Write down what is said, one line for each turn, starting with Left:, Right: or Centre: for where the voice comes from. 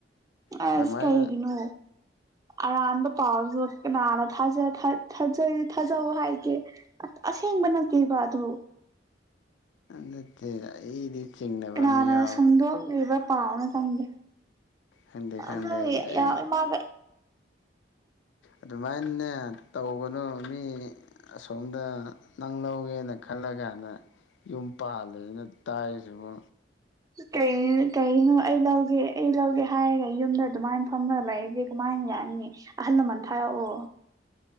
Right: ꯑꯁ
Left: ꯑꯗꯨꯃꯥꯏꯅ
Right: ꯀꯩꯒꯤꯅꯣ ꯑꯔꯥꯟꯕ ꯄꯥꯎꯁꯨ ꯀꯅꯥꯅ ꯊꯥꯖ ꯊꯥꯖꯩ ꯊꯥꯖꯋ ꯍꯥꯏꯒꯦꯁ ꯍꯦꯡ ꯅꯥꯇꯤꯕ ꯑꯗꯨ
Left: ꯅꯠꯇꯦ ꯑꯩꯗꯤ ꯆꯤꯡꯅꯕ
Right: ꯀꯅꯥꯅꯅ
Left: ꯑꯃ ꯌꯥꯎꯋꯤ
Right: ꯁꯗꯣ ꯂꯩꯕ ꯄꯥꯥꯎꯅ ꯀꯗꯦ
Left: ꯈꯪꯗꯦ ꯈꯪꯗꯦ
Right: ꯑ
Left: ꯑꯩ
Right: ꯌꯥ ꯃꯥꯒ <inaudible>
Left: ꯑꯗꯨꯃꯥꯏꯅꯦ ꯇꯧꯧꯕꯅꯨ ꯃꯤ ꯑꯁꯣꯝꯗ ꯅꯪ ꯂꯧꯒꯦꯅ ꯈꯜꯂꯒ ꯀꯥꯏꯅ ꯌꯨꯝ ꯄꯥꯜꯂꯦꯁꯤꯅ ꯇꯥꯏꯁꯤꯕꯨ
Right: ꯀꯣ ꯑꯩ ꯂꯧꯒꯦ ꯑꯩ ꯂꯧꯒꯦ ꯍꯥꯏꯔꯒ ꯌꯨꯝꯗ ꯑꯗꯨꯃꯥꯏꯅ ꯐꯝꯝꯕꯒ ꯂꯩꯒꯦ ꯀꯃꯥꯏ ꯌꯥ ꯌꯥꯅꯤ ꯑꯍꯜꯂꯃꯥꯟ ꯊꯥꯔꯛꯑꯣ